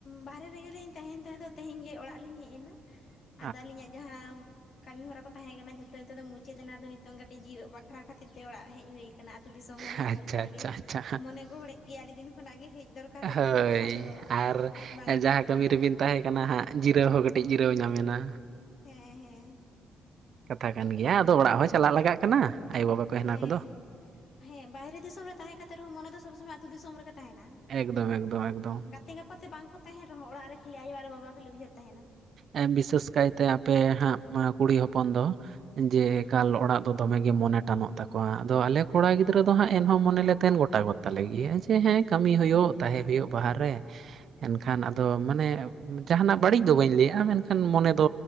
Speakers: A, on the left (about 55°); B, on the right (about 60°).
A: ᱵᱟᱨᱦᱮ ᱨᱮᱜᱮ ᱞᱤᱧ ᱛᱟᱦᱮᱱ ᱛᱟᱦᱮᱸᱫ ᱫᱚ ᱛᱮᱦᱮᱧ ᱜᱮ ᱚᱲᱟᱜ ᱞᱤᱧ ᱦᱮᱡ ᱮᱱᱟ
B: <unintelligible>
A: ᱾ ᱟᱫᱚ ᱟᱹᱞᱤᱧᱟᱜ ᱡᱟᱦᱟᱢ ᱠᱟᱹᱢᱤ ᱦᱚᱨᱟ ᱠᱚ ᱛᱟᱦᱮᱸ ᱠᱟᱱᱟ ᱡᱷᱚᱛᱚ ᱱᱤᱛᱚᱜ ᱫᱚ ᱢᱩᱪᱟᱹᱫᱽ ᱮᱱᱟ ᱟᱫᱚ ᱱᱤᱛᱚᱝ ᱠᱟᱹᱴᱤᱡ ᱡᱤᱭᱟᱹᱜ ᱵᱟᱠᱷᱨᱟ ᱠᱷᱟᱹᱛᱤᱨ ᱛᱮ ᱚᱲᱟᱜ ᱦᱮᱡ ᱦᱩᱭ ᱠᱟᱱᱟ ᱟᱛᱩ ᱫᱤᱥᱚᱢ ᱦᱚᱸ ᱦᱮᱡ
B: ᱟᱪᱪᱷᱟ
A: ᱫᱚᱨᱠᱟᱨ
B: ᱟᱪᱪᱷᱟ
A: ᱜᱮ
B: ᱟᱪᱪᱷᱟ
A: ᱢᱚᱱᱮ ᱜᱚᱦᱚᱲᱮᱜ ᱜᱮᱭᱟ ᱟᱹᱰᱤ ᱫᱤᱱ ᱠᱷᱚᱱᱟᱜ ᱜᱮ ᱦᱮᱡ ᱫᱚᱨᱠᱟᱨ ᱦᱮᱡ
B: ᱦᱟᱹᱭ
A: ᱫᱚᱨᱠᱟᱨ ᱟᱫᱚ
B: ᱟᱨ
A: ᱦᱮᱡ ᱵᱟᱝ ᱦᱩᱭ
B: ᱡᱟᱦᱟᱸ
A: ᱟᱠᱟᱱᱟ
B: ᱠᱟᱹᱢᱤ ᱨᱮ ᱵᱤᱱ ᱛᱟᱦᱮᱸ ᱠᱟᱱᱟ ᱦᱟᱸᱜ ᱡᱤᱨᱟᱹᱣ ᱦᱚᱸ ᱠᱟᱹᱴᱤᱡ ᱡᱤᱨᱟᱹᱣ ᱧᱟᱢ ᱮᱱᱟ᱾
A: ᱦᱮᱸ ᱦᱮᱸ᱾
B: ᱠᱟᱛᱷᱟ ᱠᱟᱱ ᱜᱮᱭᱟ ᱟᱫᱚ ᱚᱲᱟᱜ ᱦᱚᱸ ᱪᱟᱞᱟᱜ ᱞᱟᱜᱟᱜ ᱠᱟᱱᱟ ᱟᱭᱳ ᱵᱟᱵᱟ ᱠᱚ ᱦᱮᱱᱟ
A: ᱦᱮᱸ
B: ᱠᱚᱫᱚ
A: ᱦᱮᱸ ᱵᱟᱦᱨᱮ ᱫᱤᱥᱚᱢ ᱨᱮ ᱛᱟᱦᱮᱸ ᱠᱟᱛᱮᱛ ᱨᱮᱦᱚᱸ ᱢᱚᱱᱮ ᱫᱚ ᱥᱚᱵᱽ ᱥᱩᱢᱚᱭ ᱟᱛᱩ ᱫᱤᱥᱚᱢ ᱨᱮᱜᱮ ᱛᱟᱦᱮᱱᱟ᱾
B: ᱮᱠᱫᱚᱢ ᱮᱠᱫᱚᱢ ᱮᱠᱫᱚᱢ᱾
A: ᱛᱮ ᱜᱟᱯᱟ ᱛᱮ ᱵᱟᱝ ᱠᱚ ᱛᱟᱦᱮᱱ ᱨᱮᱦᱚᱸ ᱚᱲᱟᱜ ᱨᱮ ᱠᱷᱟᱹᱞᱤ ᱟᱭᱳ ᱟᱨ ᱵᱟᱵᱟ ᱠᱷᱟᱹᱞᱤ ᱩᱭᱦᱟᱹᱨ ᱛᱟᱦᱮᱱᱟ᱾
B: ᱮ ᱵᱤᱥᱟᱹᱥ ᱠᱟᱭ ᱛᱮ ᱟᱯᱮ ᱦᱟᱸᱜ ᱟ ᱠᱩᱲᱤ ᱦᱚᱯᱚᱱ ᱫᱚ ᱡᱮ ᱮᱠᱟᱞ
A: ᱦᱮᱸ
B: ᱚᱲᱟᱜ ᱫᱚ ᱫᱚᱢᱮ ᱜᱮ ᱢᱚᱱᱮ ᱴᱟᱱᱚᱜ ᱛᱟ ᱠᱚᱣᱟᱜ ᱫᱚ ᱟᱞᱮ ᱠᱚᱲᱟ ᱜᱤᱫᱽᱨᱟᱹ ᱫᱚ ᱦᱟᱸᱜ ᱮᱱᱦᱚᱸ ᱢᱚᱱᱮ ᱞᱮ ᱛᱮᱱ ᱜᱚᱴᱟ ᱜᱚᱫ ᱛᱟᱞᱮ ᱜᱮᱭᱟ ᱪᱮ ᱦᱮᱸ ᱠᱟᱹᱢᱤ ᱦᱩᱭᱩᱜ ᱛᱟᱦᱮᱸ ᱦᱩᱭᱩᱜ ᱵᱟᱦᱟᱨ ᱨᱮ ᱮᱱᱠᱷᱟᱱ ᱟᱫᱚ ᱢᱟᱱᱮ ᱡᱟᱦᱟᱱᱟᱜ ᱵᱟᱹᱲᱤᱡ ᱫᱚ ᱵᱟᱹᱧ ᱞᱟᱹᱭᱟ ᱢᱮᱱᱠᱷᱟᱱ ᱢᱚᱱᱮ ᱫᱚ